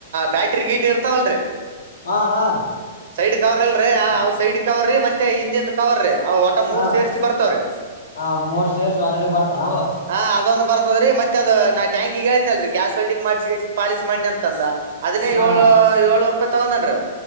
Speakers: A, on the right; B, on the left.
A: ಬ್ಯಾಟ್ರಿ ಗೀಟ್ ಇರ್ತಾವಲ್ರೀ
B: ಹಾ ಹಾ
A: ಸೈಡ್ ಕವರ್ ಅಲ್ರೀ ಆವ್ ಸೈಡ್ ಕವರ್ ರೀ ಮತ್ತೆ ಇಂಜನ್ ಕವರ್ ರೀ ಮತ್ತ ಮೂರ್
B: ಹ
A: ಸೇರ್ಸಿ ಬರ್ತವ್ರೀ
B: ಹ ಮೂರ್ ಸೇರ್ಸ್ ಮಾತಾಡಿಗೆ ಬರ್ತಾನವು
A: ಹಾ ಅದೊಂದು ಬರ್ತದ್ರೀ ಮತ್ತೆ ಅದು ನಾ ಟ್ಯಾಂಕಿಗೆಗೆ ಹೇಳಿದ್ನಲ್ರಿ ಗ್ಯಾಸ್ ವೆಡಿಂಗ್ ಮಾಡ್ಸಿ ಪಾಲೀಶ್ ಮಾಡಿನಿ ಅಂತಂದ ಅದನ್ನೇ
B: ಹ
A: ಏಳು ಏಳ್ನೂರೂಪಾಯ್ ತಗೊಂಗದ ನ ರೀ